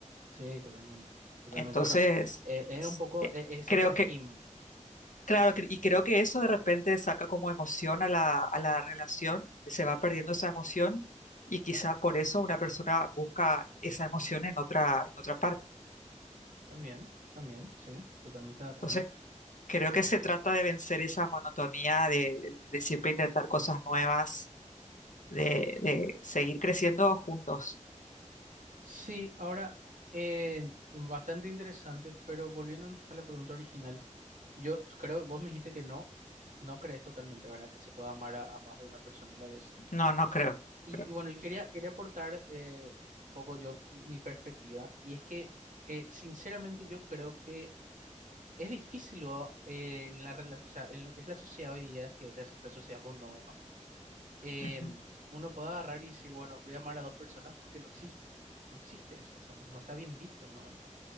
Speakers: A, on the right (about 80°); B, on the left (about 75°).
A: sí, totalmente. Totalmente.
B: Entonces,
A: Bueno, eh, es
B: s-
A: un poco
B: eh,
A: eh, ese
B: creo
A: trajín.
B: que, claro, cre- y creo que eso de repente saca como emoción a la, a la relación, se va perdiendo esa emoción. Y quizá por eso una persona busca esa emoción en otra, en otra parte.
A: También, también, sí, totalmente de acuerdo.
B: Entonces Creo que se trata de vencer esa monotonía de, de siempre intentar cosas nuevas, de, de seguir creciendo juntos.
A: Sí, ahora, eh, bastante interesante, pero volviendo a la pregunta original, yo creo, vos me dijiste que no, no crees totalmente, ¿verdad? Que se pueda amar a a más de una persona a la vez.
B: No, no creo.
A: Y,
B: creo.
A: y bueno, y quería, quería aportar eh, un poco yo mi perspectiva, y es que eh, sinceramente yo creo que es difícil o, eh, en la, rela- o sea, en lo que es la sociedad hoy día, que es la, la sociedad monógama, eh,
B: Ujú,
A: uno puede agarrar y decir, bueno, voy a amar a dos personas porque no existe, no existe eso, o sea, no, no está bien visto, no, no,